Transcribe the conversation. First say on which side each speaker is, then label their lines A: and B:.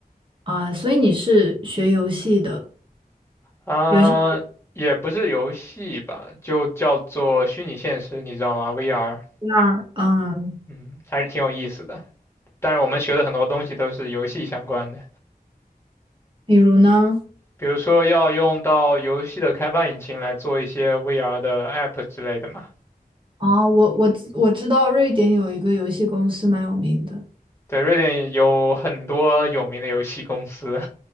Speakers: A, on the right; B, on the left.
A: 啊。所以你是学游戏的，
B: 啊，
A: 游戏
B: 也不是游戏吧，就叫做虚拟现实，你知道吗？VR，
A: 那儿嗯，
B: 嗯，还是挺有意思的。但是我们学的很多东西都是游戏相关的，
A: 比如呢？
B: 比如说要用到游戏的开发引擎来做一些 VR 的 App 之类的嘛。
A: 哦，我我我知道瑞典有一个游戏公司蛮有名的。
B: 对，瑞典有很多有名的游戏公司。